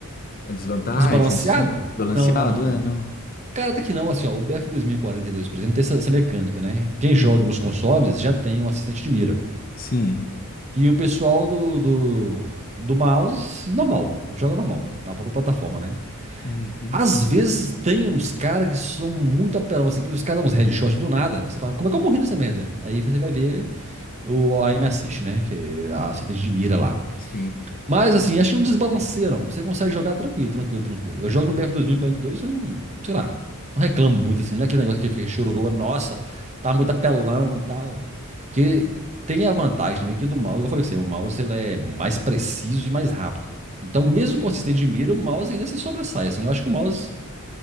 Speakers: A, on the left; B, on the right.
A: a desvantagem,
B: Desbalanceado?
A: assim, balanceado,
B: Não, não, não, não,
A: é,
B: não.
A: não?
B: Cara, até que não, assim, ó, o BF dois, mil e quarenta e dois, por exemplo, tem essa, essa mecânica, né? Quem
A: Hum,
B: joga nos consoles já tem um assistente de mira.
A: sim.
B: E o pessoal do, do, do mouse, normal, joga normal, na própria plataforma, né?
A: Uhum.
B: Às vezes tem uns caras que são muito apelão, assim, que os caras dão uns headshot do nada. Você fala, como é que eu morri nessa merda? Aí você vai ver o aim assist, né? Que é a assistente de mira lá.
A: Sim.
B: Mas assim, acho que não desbalanceia, não. Você consegue jogar tranquilo, tranquilo, tranquilo. Eu jogo no BF 2042, eu não, sei lá, não reclamo muito assim. Não é aquele negócio que fica chororô, nossa, tá muito apelão e tal. Porque
A: Hum,
B: tem a vantagem também que do mouse, igual eu falei que você, o mouse ele é mais preciso e mais rápido. Então, mesmo
A: Entendi.
B: com assistente de mira, o mouse ainda se sobressai. Assim, eu acho que o mouse.